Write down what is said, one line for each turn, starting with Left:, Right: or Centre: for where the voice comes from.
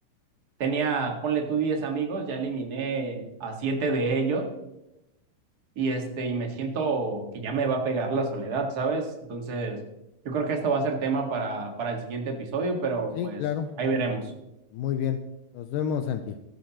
Right: tenía, ponle tú 10 amigos, ya eliminé a 7 de ellos y este y me siento que ya me va a pegar la soledad, ¿sabes? Entonces, yo creo que esto va a ser tema para para el siguiente episodio, pero
Left: Sí,
Right: pues
Left: claro.
Right: ahí veremos.
Left: Muy bien. Nos vemos, Santi.